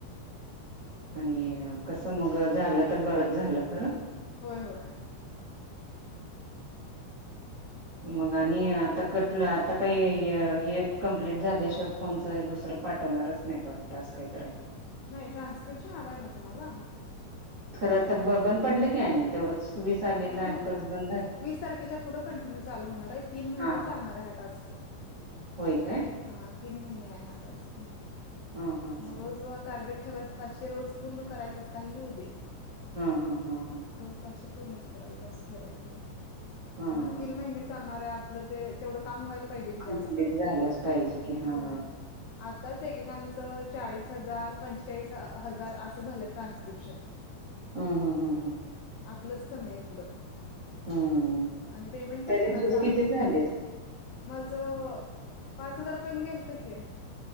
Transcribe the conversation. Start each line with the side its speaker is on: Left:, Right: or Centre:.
Right: आणि कसं मग झालं तर बरंच झालं खरं.
Left: होय होय.
Right: मग आणि आता कटलं आता काही हे कमप्लीट झाल्याशिवाय फोनच दुसरं पाठवणारच नाही त वाट तास काहीत आहे.
Left: नाही ट्रान्स्क्रिप्शन आलाय ना तुम्हाला
Right: खरं तर ब बंद पडले की आहे तेवढंच. <unintelligible>
Left: ह वीस तारखेच्या पुढे कंटिन्यू चालू होणार आहे तीन महिने
Right: हां
Left: चालणार
Right: हां
Left: आहे हा टास्क.
Right: होय काय.
Left: हा तीन महिने आहे हाटास म
Right: हां हां हां
Left: रोजार
Right: हां
Left: टार्गेट ठेवायचं पाचे रोज पूर्ण करायचंच काही उदे
Right: हा हा हा हा.
Left: रोज ते पूर्णच करायच असं ठेवायचं म
Right: हां
Left: कारण तीन महिने चालणार आहे आपलं ते तेवढं काम व्हाल. पाहिजे की
Right: कंप्लीट
Left: जास्त
Right: झालंच पाहिजे की हां
Left: होय. आताच एकेकांचं चाळीस हजार पंचेचाळीस हजार असं झालं ट्रान्स्क्रिप्शन <unintelligible>
Right: हं हं हं हं.
Left: आपलंच कमी आहे इकडं.
Right: हम्म
Left: आणि पेमेंट पण
Right: तरी
Left: त्यांना
Right: तुझं
Left: चाल.
Right: किती झालेत?
Left: माझं पाच हजार पर्यंत गेल तर कि